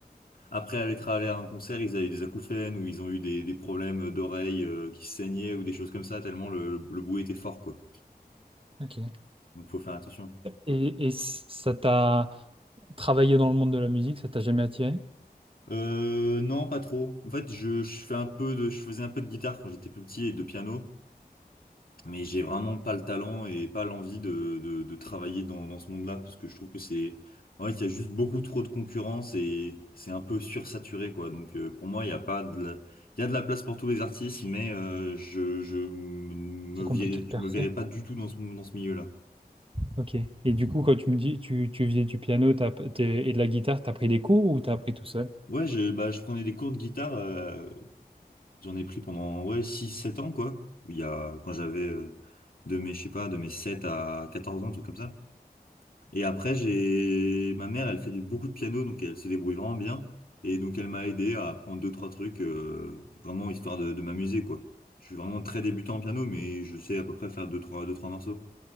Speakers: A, on the left (about 60°); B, on the right (about 35°).
A: Après être allé à un concert, ils avaient des acouphènes ou ils ont eu des, des problèmes d'oreilles euh, qui saignaient ou des choses comme ça, tellement le, le bruit était fort, quoi.
B: Ok.
A: Donc faut faire attention.
B: Et, et ça t'a travaillé dans le monde de la musique, ça t'a jamais attiré?
A: Euh, non, pas trop. En fait, je, je fais un peu de, je faisais un peu de guitare quand j'étais plus petit et de piano. Mais j'ai vraiment pas le talent et pas l'envie de, de, de travailler dans, dans ce monde-là parce que je trouve que c'est, en fait, il y a juste beaucoup trop de concurrence et c'est un peu sursaturé, quoi. Donc, euh, pour moi, il y a pas de la... il y a de la place pour tous les artistes, mais euh, je, je me
B: C'est compliqué
A: verrais,
B: de percer.
A: je me verrais pas du tout dans ce, dans ce milieu-là.
B: Ok. Et du coup, quand tu me dis tu, tu faisais du piano t'as- t'es- et de la guitare, t'as pris des cours ou t'as appris tout seul?
A: Ouais, je, bah, je prenais des cours de guitare, euh, j'en ai pris pendant, ouais, six sept ans, quoi. Il y a, quand j'avais, euh, de mes, je sais pas, de mes 7 à 14 ans, un truc comme ça. Et après, j'ai ma mère, elle fait du- beaucoup de piano, donc elle se débrouille vraiment bien. Et donc, elle m'a aidé à apprendre deux, trois trucs, euh, vraiment histoire de, de m'amuser, quoi. Je suis vraiment très débutant en piano, mais je sais à peu près faire deux, trois, deux, trois morceaux.